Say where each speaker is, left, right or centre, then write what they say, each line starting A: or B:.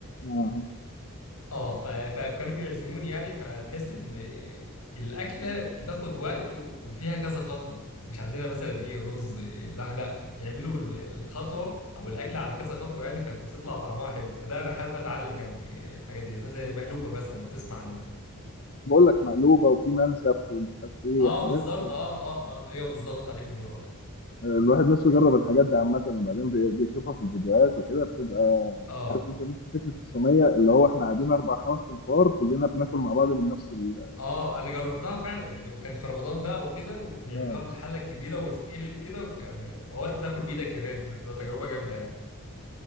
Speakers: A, on the left; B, on the left.
A: اه
B: أه ف- فكانوا بيعزموني يعني فتحس إن الأكلة بتاخد وقت وفيها كذا خطوة مش عندنا مثلا إيه رز إيه لا لا بيعملوا ال- الخطوة أو الأكلة على كذا خطوة يعني فبتطلع طعمها حلو فده أنا حابب أتعلم يعني آه، الحاجات دي مثلا زي المقلوبة مثلا لو بتسمع عنها
A: بقول لك مقلوبه وفي منسف ومش عارف ايه
B: اه
A: حاجات
B: بالظبط اه اه اه ايوه بالظبط عليك نور اه
A: آه، الواحد نفسه يجرب الحاجات دي عامه وبعدين بي- بيشوفها في الفيديوهات وكده بتبقى
B: اه
A: عارف انت نفس فكره الصينيه اللي هو احنا قاعدين اربع خمس تنفار كلنا بناكل مع بعض من نفس ال
B: اه انا جربتها فعلا يعني وكان في رمضان بقى وكده وبيعملوها
A: اه
B: بالحله الكبيره وتتقلب كده وكان واوقات تاكل بايدك كمان فبتبقى تجربه جامده يعني